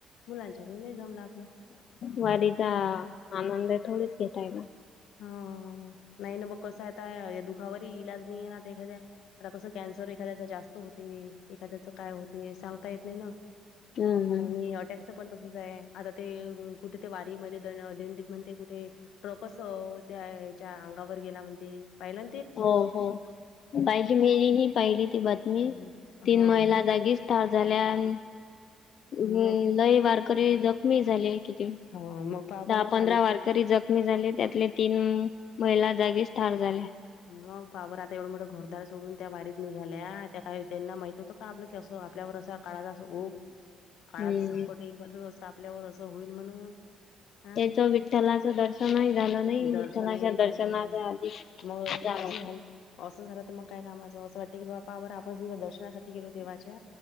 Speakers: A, on the left (about 80°); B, on the left (about 50°).
A: मुलांच्या नाही जमल आपल,
B: वारीचा
A: हम हम.
B: आनंद आहे थोडीच घेता येणार.
A: हा नाही ना बघ कसं आहेता या दुखावर इलाज नाही ना एखाद्या, तर कस कन्सर एखाद्या जास्त हो ते एखाद्याच काय होते सांगता येत नाही ना,
B: हम्म
A: आणि
B: हम्म
A: अटॅकचं पण तसच आहे. आता ते कुठे ते वारीमध्येध्ये दिंडीत म्हण ते कुठे ट्रकच त्याच्या अंगावर गेला म्हणते पहिला
B: हो हो पाहिजे मरी ही पाहिली ती बातमी
A: हम्म.
B: तीन
A: हा
B: महिला जागीच ताजल्यान अ
A: मग
B: लय वारकरी जखमी झाले किती दहा
A: हा मग पहा बरं
B: पंधरा
A: आणि
B: वार री जखमी झाले त्यातले तीन महिला जागीच ठार झाल्या
A: मग पाबर आता एवढं मोठं घोरदार सोडून त्या वारीत निघाल्या त्या काय त्यांना माहित होतं का आपलं असं आपल्यावर असं काळाचा अस ओघ काळाच
B: हम्म
A: संकट येईल म्हण असं आपल्यावर असं होईल म्हणून हा
B: त्याच विठ्ठलाचं दर्शनही झालं नाही विठ्ठलाच्या
A: दर्शनही नाही
B: दर्शनाच्या
A: झालं
B: आधी
A: मग
B: जागा
A: असं झा असं झालं तर मग काय कामाचं असं वाटत की बापा आर आपण स दर्शना ल देवाच्या